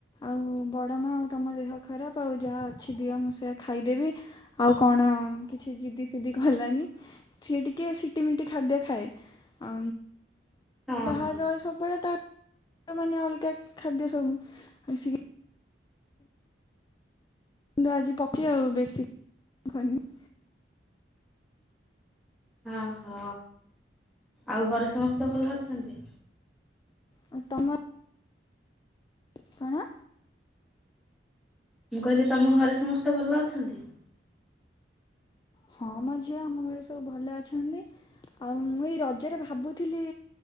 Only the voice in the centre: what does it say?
ହଁ
ହଁ।
ହହୋ ଆଉ ଘରେ ସମସ୍ତେ ଭଲ ଅଛନ୍ତି?
ମୁଁ କହିଲି ତମ ଘରେ ସମସ୍ତେ ଭଲ ଅଛନ୍ତି?